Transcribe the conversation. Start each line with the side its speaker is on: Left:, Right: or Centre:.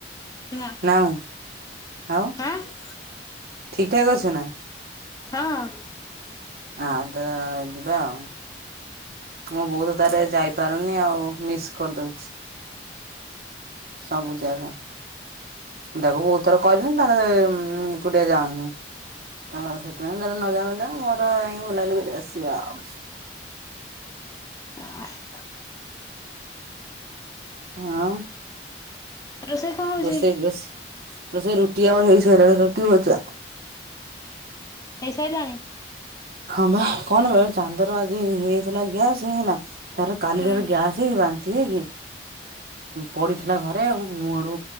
Left: ନା
Right: ନାଉଁ, ଆଉ ଠିକ୍
Left: ଆଁ
Right: ଠାକ୍ ଅଛୁ ନା।
Left: ହଁଅଁ।
Right: ଆ ତ ଯିବା ଆଉ। ମୋ ବୋଉତ ତାରେ ଯାଇପାରୁନି ଆଉ ମିସ୍ କରଦଉଛି। ସବୁ ଜାଗା। ମୁ ତାକୁ ଭୋଉତ୍ ଥର କହିଲିିଣି ତାର ଉଁମ ଏକୁଟିଆ ଯାଉନି। ତ ସେଥିପାଇଁ ତାର ନଜାଉ ନଜାଉ ମୋର ଯାଇକି ବୁଲାବୁଲି କରି ଆସିବା ଆଉ।
Left: <inaudible>
Right: ଆଉଁ।
Left: ରୋଷେଇ କଣ ହଉଛି
Right: ରୋଷେଇ ରୋଷେଇ ରୋଷେଇ ରୁଟି ଆମର ହେଇ ସାରିଲାଣି ରୁଟି ଭଜା।
Left: ହେଇସାଇଲାଣି।
Right: ହଁ ପା କଣ ବେ ଚାନ୍ଦର ଆଜି ହେଇଥିଲା ଗ୍ୟାସ୍ ହେଲା। ତାର କାଲି
Left: ହୁଁ।
Right: ଠାରୁ ଗ୍ୟାସ୍ ହେଇକି ବାନ୍ତି ହେଇକି ପଡିଥିଲା ଘରେ ଆଉ ମୁଁ ହେଠୁ